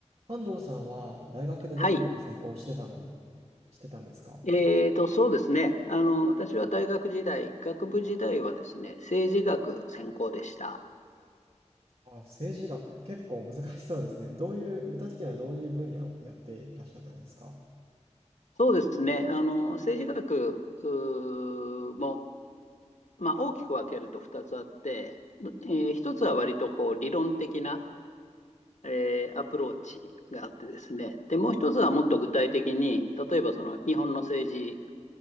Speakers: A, on the right; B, on the left.
A: 関藤さんは大学でどんなこと専攻してたの
B: はい。
A: してたんですか
B: えーと、そうですね。あの、私は大学時代、学部時代はですね、政治学専攻でした。
A: あ、政治学、結構難しそうですね。どういう、具体的にはどういう分野をやっていらっしゃったんですか
B: そうですね。あの、政治学うーも、まあ、大きく分けると2つあって、えー、1つは割とこう理論的な、えーアプローチがあってですね。で、もう1つはもっと具体的に、例えばその日本の政治